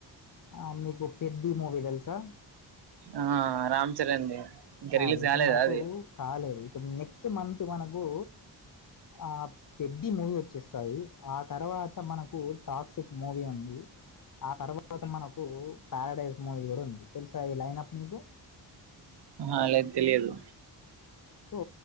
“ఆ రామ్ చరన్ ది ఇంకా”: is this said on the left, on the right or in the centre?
Right